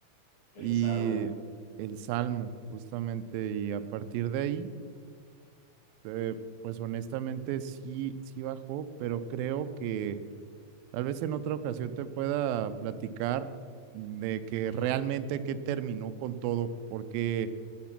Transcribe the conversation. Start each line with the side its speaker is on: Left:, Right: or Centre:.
Left: el
Right: y
Left: salmo.
Right: el salmo, justamente, y a partir de ahí Eh, pues honestamente sí, sí bajó, pero creo que tal vez en otra ocasión te pueda platicar de que
Left: Ujú,
Right: realmente qué terminó con todo, porque